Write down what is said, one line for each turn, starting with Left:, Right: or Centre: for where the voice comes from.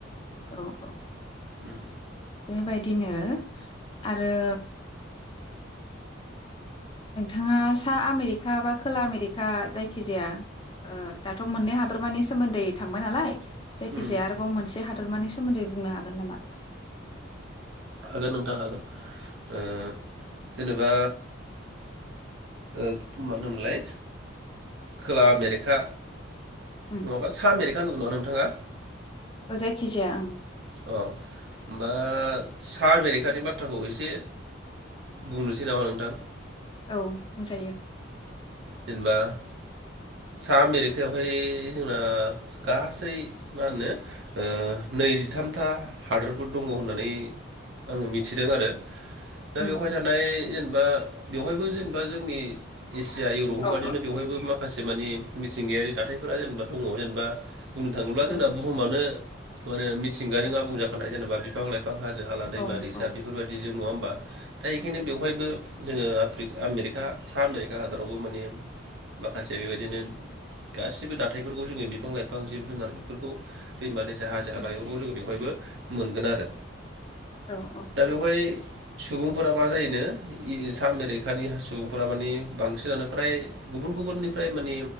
Left: औ -औ
Right: उम
Left: बेबायदि बिदिनो आरो नोंथाङा सा आमेरिका बा खोला आमेरिका जायखिजाया ओ दाथ' मोननै हादरमानि सोमोन्दै थांबाय नालाय जायखिजाया
Right: उम
Left: आरोबाव मोनसे बे हादरमानि सोमोन्दै बुंनो हागोन नामा?
Right: हागोन नोंथां हागोन ओ जेनेबा ओ मा होनोमोनलाय खोला आमेरिखा
Left: उम
Right: नङाबा सा मेरिका होनौ नङा नोंथाङा?
Left: औ जायखिजाया ओं।
Right: अ होमबा सामेरिखानि बाथ्राखौ एसे बुंनोसै नामा नोंथां?
Left: औ बुंजायो।
Right: जेनेबा सा आमेरिकायावहाय जोंना गासै मा होनो ओ नैजिथाम था हादोरफोर दङ होननानै आङो मिथिदों आरो। दा
Left: उम
Right: बेवहाय
Left: उम
Right: थानाय जेन बा बेवहायबो जेनेबा जोंनि एसिया इउरपफोर
Left: औ
Right: बादिनो बेवहायबो माखासे मानिे मिथिंगायारि दाथाय फोर जेनेबा दङ जेनेबा बुंनो थाङोब्ला जोंना
Left: उम
Right: बुहुमानो माने मि थिंगाजों आबुंजाखानाय जेनेबा बिफां लाइ फां हाजो हाला दैमा
Left: औ
Right: दैसा
Left: औ
Right: बेफोरबायदि जों नङा होमबा? दा एखायनो
Left: उम उम
Right: बेवहायबो जोङो आफ्रि आमेरिका सा आमेरिका हादरावबो माने माखासे बेबायदिनो गासिबो दाथायफोरखौ जोङो बिफां लाइफां जिब जुनार बेफोरखौ दैमा दैसा हाजो हाला
Left: उम
Right: बेवहायबो मोनगोन आरो।
Left: औ औ
Right: दा बेवहाय सुबुं सुबुंफोरा मा जायोनो इ-इसा आमेरिकानि सुबुंफोरा माने बांसिनानो फ्राय गुबुन गुबुननिफ्राय मानि